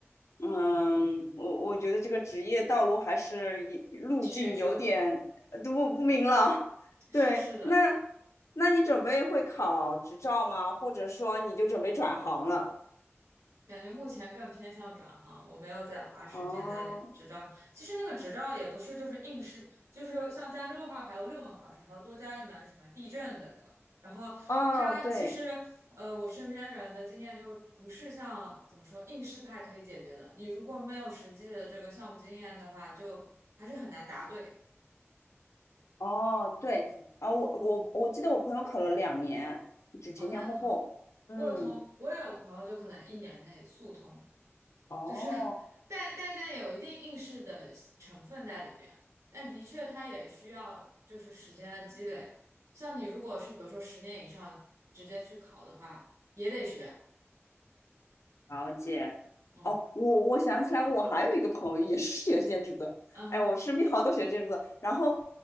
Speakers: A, on the left (about 80°); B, on the right (about 90°).
A: 嗯，我我觉得这个职业道路还是也路径有点呃都不不明朗。
B: 去这，
A: <laughs>
B: 是是的。
A: 对，那那你准备会考执照吗？或者说你就准备转行了？
B: 感觉目前更偏向转行，我没有在花时间在执照上。
A: 哦
B: 其实那个执照也不是就是应试，就是像加州的话还有六门考试，还要多加一门什么地震的那个。然后它其实呃，
A: 哦，对，
B: 我身边人的经验就是不是像怎么说应试派可以解决的。你如果没有实际的这个项目经验的话，就还是很难答对。
A: 哦对，啊，我我我记得我朋友考了两年，就前前后后。
B: 哦，那嗯，
A: 嗯，
B: 我有同我也有朋友就可能一年内速通。
A: 哦。
B: 就是 <laughs> 但但但有一定应试的成分在里边，但的确它也需要就是时间的积累。像你如果是比如说十年以上直接去考的话，也得学。
A: 了解。
B: 嗯
A: 哦，我我想起来，我还有一个朋友也是学建筑的。
B: 嗯，
A: 哎，我身边好多学建筑的，然后